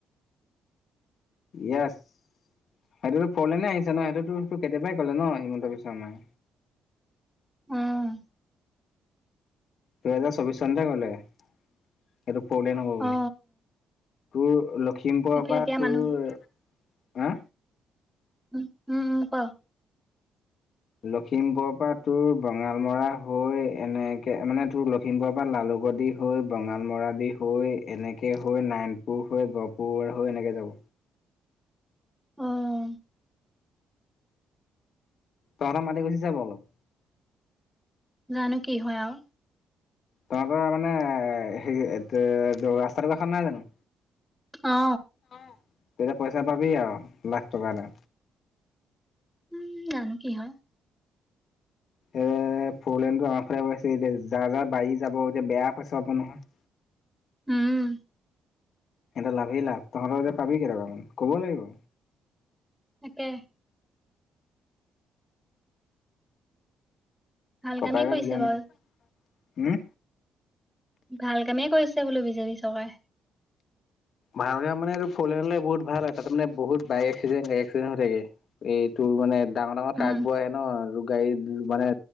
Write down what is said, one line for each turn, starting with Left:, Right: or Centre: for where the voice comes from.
Left: ইয়েছ, সেইটোতো ফৌৰলেনে আহিছে ন সেইটোতো কেতিয়াবাই কলে ন হিমন্ত বিশ্ব শৰ্মাই।
Centre: উম উ উ!
Left: দুহেজাৰ চৌবিশ চনতে গলে এইটো ফৌৰলেন হব বুলি।
Centre: অ
Left: তোৰ লখিমপুৰৰ
Centre: তাকে
Left: পৰা
Centre: এতিয়া
Left: তোৰ
Centre: মানুহ
Left: হা
Centre: উম উম উম ক
Left: লখিমপুৰ পৰা তোৰ বঙাল মৰা হৈ এনেকে মানে তোৰ লখিমপুৰৰ পৰা লালুক দি হৈ বঙালমৰা দি হৈ এনেকে হৈ নাৰায়ান পুৰ হৈ গহপুৰ হৈ এনেকে যাব।
Centre: অ অ অ অ।
Left: তহঁতৰ মাটি গুচি যাব অলপ।
Centre: জানো কি হয় আৰু।
Left: তোমাৰ পৰা মানে হে ৰাস্তাটো কাষত নাই জানো?
Centre: অ
Left: অ তেতিয়া পইচা পাবি আৰু লাখ টকা এটা।
Centre: উম জানো কি হয়।
Left: এ ফৰলেনটো আমাৰ ফালে বনাইছে এতিয়া যাৰ যাৰ বাঢ়ি যাব এতিয়া বেয়া পাইছা পাব নহয়।
Centre: উম।
Left: সিহঁত লাভেই লাভ তহঁৰ এতিয়া পাবি কেটাকামান ক'ব লাগিব।
Centre: তাকে ভাল
Left: ককায়েকৰ
Centre: কামেই কৰিছে
Left: জ্ঞান
Centre: বাৰু।
Left: উম।
Centre: ভাল কামেই কৰিছে বোলো বিজেপি চৰকাৰে।
Left: ভালকে মানে এইটো ফৰি হ'লে বহুত ভাল হয় তাত মানে বহুত বাইক একচিডেন্ট গাড়ী একচিডেণ্ট হৈ থাকে। এইটোৰ মানে ডাঙৰ ডাঙৰ
Centre: উম
Left: ট্ৰাগ বোৰ আহে ন আৰু গাড়ী মানে